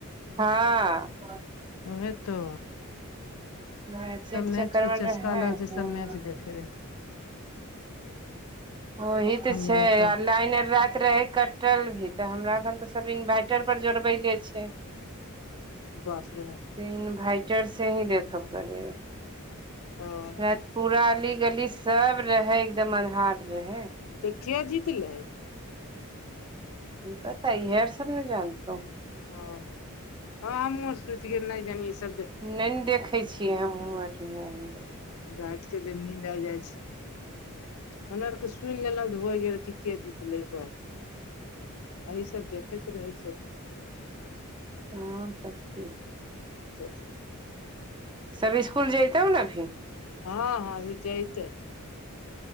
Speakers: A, on the right; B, on the left.
A: हँ
B: ओहे तो।
A: मैचे
B: सब
A: चक्कर
B: मैच के चस्का
A: मे रहे
B: अलग
A: हँ
B: से सब मैच देखै रहे।
A: ओही त
B: हमरो
A: छै
B: कन
A: आर लाइन राइत रहे कटल भी तऽ हमरा घर तऽ सब इन्वाइट- पर जरबैलेइ है। से
B: बाप रे
A: इन्भाइटर से ही देखब करै
B: ओ
A: राइत पूरा अली गली सब रहे एकदम अन्हार रहै।
B: तऽ के जीतलै।
A: की पता इहए आर सब ने जानतो।
B: हँ हमहु सूत गेलिए ना जानिए इ सब जे।
A: ने ने देखै छियै हमहूँ आर नह। <unintelligible>
B: राइत के दिन नीन्द आ जाइ छै। हमरा आरके सुनि लेलक त होइ गेल की के जीतले बस। अहि सब देखैत रहै छै।
A: हँ तब की
B: सत श्रीाल <unintelligible>
A: सब इस्कुल जैतो ने अभी।
B: हँ हँ अभी जैइतै